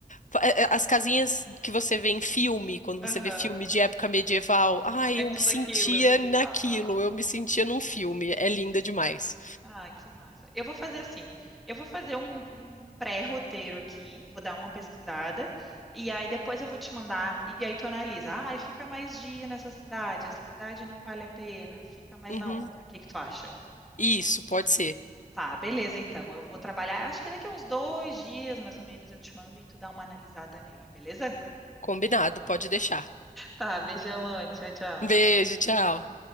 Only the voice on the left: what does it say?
fa- é- é- as casinhas que você vê em filme, quando
você vê filme de época medieval. Ai,
eu
me sentia
naquilo,
eu me sentia num filme. É linda demais.
Uhum.
Isso, pode ser.
Combinado, pode deixar.
Um beijo, tchau.